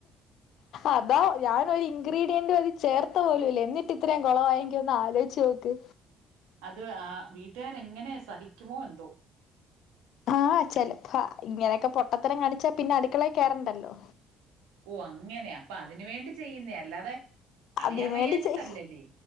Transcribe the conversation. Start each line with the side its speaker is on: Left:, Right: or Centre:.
Left: അതാ ഞാനൊരി ഇൻഗ്രീഡിയൻ്റ് അതി ചേർത്ത പോലുല്ല എന്നിട്ട് ഇത്രയും കൊളവായങ്കി ഒന്ന് ആലോയ്ച്ചോക്ക്
Right: അത് ആ വീട്ടുകാര് എങ്ങനെ സഹിക്കുമോ എന്തോ
Left: ആഹ് ചെലപ്പ ഇങ്ങനെക്കെ പൊട്ടത്തരം കാണിച്ചാ പിന്നെ അടുക്കളേ കേറണ്ടല്ലോ
Right: ഓ അങ്ങനെ അപ്പൊ അതിനു വേണ്ടി ചെയ്യുന്നേ അല്ലാതെ അറിയാൻ
Left: അതിന്
Right: വയ്യാഞ്ഞിട്ടല്ലല്ലേ
Left: വേണ്ടി ചെയ